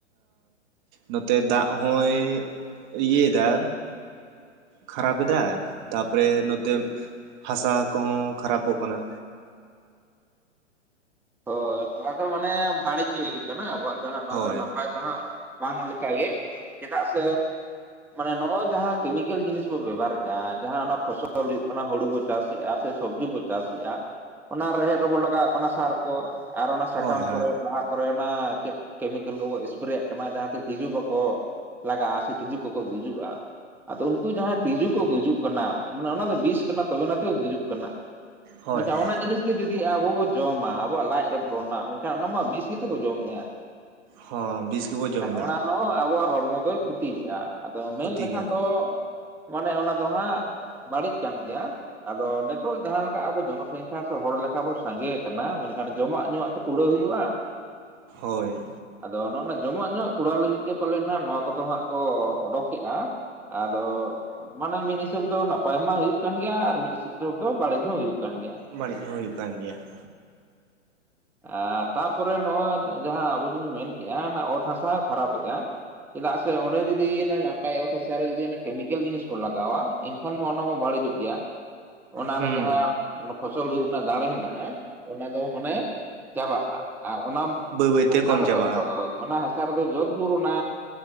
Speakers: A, on the right (about 40°); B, in the centre.
A: ᱱᱚᱛᱮ ᱫᱟᱜ ᱦᱚᱸᱭ ᱤᱭᱟᱹᱮᱫᱟ ᱠᱷᱟᱨᱟᱯᱮᱫᱟᱭ ᱛᱟᱯᱚᱨᱮ ᱱᱚᱛᱮ ᱦᱟᱥᱟ ᱠᱚᱦᱚᱸ ᱠᱷᱟᱨᱟᱯᱚᱜ ᱠᱟᱱᱟ
B: ᱦᱳᱭ ᱱᱚᱣᱟ ᱫᱚ ᱢᱟᱱᱮ ᱵᱟᱹᱲᱤᱡ ᱜᱮ ᱦᱩᱭᱩᱜ ᱠᱟᱱᱟ ᱟᱵᱚᱣᱟᱜ ᱫᱚ ᱦᱟᱜ ᱱᱚᱣᱟ
A: ᱦᱳᱭ
B: ᱫᱚ ᱱᱟᱯᱟᱭ ᱫᱚ ᱦᱟᱸᱜ ᱵᱟᱝ ᱞᱮᱠᱟᱜᱮ ᱪᱮᱫᱟᱜ ᱥᱮ ᱢᱟᱱᱮ ᱱᱚᱜ-ᱚᱭ ᱡᱟᱦᱟᱸ ᱠᱮᱢᱤᱠᱮᱞ ᱡᱤᱱᱤᱥ ᱵᱚ ᱵᱮᱵᱚᱦᱟᱨᱮᱫ-ᱟ ᱡᱟᱦᱟᱸ ᱚᱱᱟ ᱯᱷᱚᱥᱚᱞ ᱦᱩᱭᱩᱜ ᱠᱟᱱᱟ ᱦᱩᱲᱩ ᱪᱟᱥᱮ-ᱼᱟ ᱥᱮ ᱥᱚᱵᱡᱤ ᱵᱚ ᱪᱟᱥᱮᱫ-ᱟ ᱚᱱᱟ ᱨᱮᱦᱮᱫ ᱨᱮᱵᱚ ᱞᱟᱜᱟᱣᱟᱜ ᱠᱟᱱᱟ ᱥᱟᱨ ᱠᱚ ᱟᱨ ᱚᱱᱟ ᱥᱟᱠᱟᱢ
A: ᱦᱳᱭ
B: ᱠᱚᱨᱮ
A: ᱦᱳᱭ
B: ᱵᱟᱦᱟ ᱠᱚᱨᱮ ᱚᱱᱟ ᱪᱮᱫ ᱠᱮᱢᱤᱠᱮᱞ ᱠᱚᱠᱚ ᱮᱥᱯᱮᱨᱮᱭᱟᱜ ᱠᱟᱱᱟ ᱡᱟᱦᱟᱸᱛᱮ ᱛᱸᱤᱡᱩ ᱵᱟᱠᱚ ᱞᱟᱜᱟᱜ-ᱟ ᱥᱮ ᱛᱸᱤᱡᱩ ᱠᱚᱠᱚ ᱜᱩᱡᱩᱜ-ᱟ ᱟᱫᱚ ᱩᱱᱠᱩ ᱡᱟᱦᱟᱸᱭ ᱛᱤᱡᱩ ᱠᱚ ᱜᱩᱡᱩᱜ ᱠᱟᱱᱟ ᱢᱟᱱᱮ ᱚᱱᱟ ᱫᱚ ᱵᱤᱥ ᱠᱟᱱᱟ ᱛᱚᱵᱮᱱᱟᱛᱮ ᱠᱚ ᱜᱩᱡᱩᱜ ᱠᱟᱱᱟ
A: ᱦᱳᱭ
B: ᱢᱮᱱᱱᱠᱷᱟᱱ
A: ᱦᱳᱭ
B: ᱚᱱᱟ ᱡᱤᱱᱤᱥ ᱜᱮ ᱡᱩᱫᱤ ᱟᱵᱚ ᱵᱚᱱ ᱡᱚᱢᱟ ᱟᱵᱚᱣᱟᱜ ᱞᱟᱡ ᱨᱮ ᱨᱚᱲᱱᱟ ᱢᱮᱱᱠᱷᱟᱱ ᱚᱱᱟᱢᱟ ᱵᱤᱥ ᱜᱮᱛᱚ ᱠᱚ ᱡᱚᱢᱮᱜ-ᱟ
A: ᱦᱚᱸ ᱵᱤᱥ ᱜᱮᱵᱚ ᱡᱚᱢᱮᱫᱟ
B: ᱚᱱᱟ ᱦᱚᱸ ᱟᱵᱚᱣᱟᱜ ᱦᱚᱲᱢᱚ ᱫᱚᱭ ᱠᱷᱩᱛ ᱛᱤᱭᱨᱜᱼᱟ ᱟᱫᱚ ᱢᱮᱱ
A: ᱠᱷᱚᱛᱤ
B: ᱞᱮᱠᱷᱟᱱ
A: ᱜᱮᱭᱟ ᱠᱚ
B: ᱫᱚ ᱢᱟᱱᱮ ᱚᱱᱟ ᱫᱚ ᱦᱟᱸᱜ ᱵᱟᱹᱲᱤᱡ ᱠᱟᱱ ᱜᱮᱭᱟ ᱾ ᱟᱫᱚ ᱱᱤᱛᱚᱜ ᱡᱟᱦᱟᱸ ᱞᱮᱠᱟ ᱟᱵᱚ ᱡᱚᱱᱚ ᱥᱚᱝᱠᱷᱟ ᱥᱮ ᱦᱚᱲ ᱞᱮᱠᱟ ᱵᱚ ᱥᱟᱸᱜᱮ ᱠᱟᱱᱟ ᱢᱟᱱᱮ ᱠᱷᱟᱱ ᱡᱚᱢᱟᱜ ᱧᱩᱣᱟᱜ ᱛᱚ ᱠᱩᱲᱟᱹᱣ ᱦᱩᱭᱩᱜᱼᱟ ᱾
A: ᱦᱳᱭ ᱾
B: ᱟᱫᱚ ᱱᱚᱜᱼᱚ ᱱᱚᱣᱟ ᱡᱚᱢᱟᱜ ᱧᱩᱣᱟᱜ ᱠᱚᱲᱟᱟᱣ ᱞᱟᱹᱜᱤᱫ ᱜᱮ ᱯᱟᱞᱮᱫ ᱱᱟᱜ ᱱᱚᱣᱟ ᱠᱚᱫᱚ ᱦᱟᱸᱜ ᱠᱚ ᱚᱰᱚᱠᱮᱜᱼᱟ ᱾ ᱟᱫᱚ ᱢᱟᱱᱮ ᱢᱤᱫ ᱦᱤᱥᱟᱹᱵ ᱫᱚ ᱱᱟᱯᱟᱭ ᱢᱟ ᱦᱩᱭᱩᱜ ᱠᱟᱱ ᱜᱮᱭᱟ, ᱟᱨ ᱢᱤᱫ ᱦᱤᱥᱟᱹᱵ ᱫᱚ ᱵᱟᱹᱲᱤᱡ ᱦᱚᱸ ᱦᱩᱭᱩᱜ ᱠᱟᱱ ᱜᱮᱭᱟ ᱾
A: ᱵᱟᱹᱲᱤᱡ ᱦᱚᱸ ᱦᱩᱭᱩᱜ ᱠᱟᱱ ᱜᱮᱭᱟ ᱾
B: ᱮᱸ ᱛᱟᱯᱚᱨᱮ ᱱᱚᱜᱼᱚᱭ ᱡᱟᱦᱟᱸ ᱟᱵᱤᱱ ᱵᱤᱱ ᱢᱮᱱ ᱠᱮᱜᱼᱟ ᱚᱱᱟ ᱚᱛ ᱦᱟᱥᱟ ᱦᱚᱸ ᱠᱷᱟᱨᱟᱯᱮᱜᱼᱟ ᱾ ᱪᱮᱫᱟᱜ ᱥᱮ ᱚᱸᱰᱮ ᱡᱚᱫᱤ ᱱᱟᱯᱟᱭ ᱚᱛ ᱦᱟᱥᱟ ᱨᱮ ᱡᱩᱫᱤ ᱚᱱᱮ ᱠᱮᱢᱤᱠᱮᱞ ᱡᱤᱱᱤᱥ ᱵᱚᱱ ᱞᱟᱜᱟᱣᱟ ᱮᱱᱠᱷᱟᱱ ᱢᱟ ᱚᱱᱟ ᱢᱟ ᱵᱟᱹᱲᱤᱡᱚᱜ ᱜᱮᱭᱟ ᱾ ᱚᱱᱟ
A: ᱦᱩᱸ
B: ᱨᱮ ᱡᱟᱦᱟᱸ ᱯᱷᱚᱥᱚᱞ ᱦᱩᱭᱩᱜ ᱨᱮᱱᱟᱜ ᱫᱟᱲᱮ ᱦᱮᱱᱟᱜᱼᱟ ᱚᱱᱟ ᱫᱚ ᱢᱟᱱᱮ ᱪᱟᱵᱟᱜᱼᱟ ᱾ ᱟᱨ ᱚᱱᱟ,
A: ᱵᱟᱹᱭ ᱵᱟᱹᱭᱛᱮ
B: ᱚᱱᱟ
A: ᱠᱚᱢ
B: ᱨᱮᱫᱚ
A: ᱪᱟᱵᱟᱜᱼᱟ
B: ᱚᱱᱟ ᱦᱟᱥᱟ ᱨᱮᱫᱚ ᱡᱚᱛ ᱵᱷᱳᱨ ᱚᱱᱟ